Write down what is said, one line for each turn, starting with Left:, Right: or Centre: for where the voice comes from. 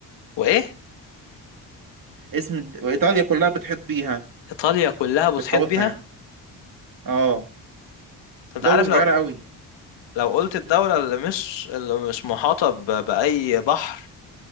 Left: وايه
Right: اسم الد... وايطاليا كلها بتحيط بيها
Left: ايطاليا كلها بتحيط
Right: بتحوطها
Left: بيها
Right: يعني اه
Left: انت
Right: دولة
Left: عارف
Right: صغيرة
Left: لو
Right: قوي
Left: لو قلت الدولة اللي مش اللي مش محاطة ب- بأي بحر